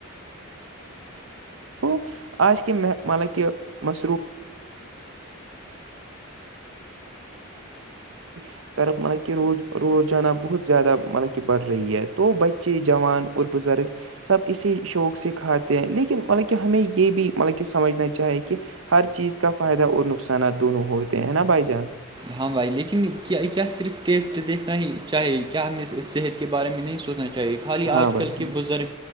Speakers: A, on the right; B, on the right.
A: <inaudible> آج کے مطلب کہ <inaudible> ترف مطب کہ روز روزانہ بہت زیادہ مطلب کہ بڑھ رہی ہے تو بچے جوان اور بزرگ سب اسی شوق سے کھاتے ہیں لیکن مطلب کہ ہمیں یہ بھی مطلب کہ سمجھنا چاہے کہ ہر چیز کا فائدہ اور نقصانات دونوں ہوتے ہیں نا بھائی جان
B: ہاں بھائی لیکن کیا صرف ٹیسٹ دیکھنا ہی چاہے کیا ہم نے صحت کے بارے میں نہیں سوچنا چاہیے خالی آج
A: ہاں بھائی
B: کل کے
A: جان
B: بزرگ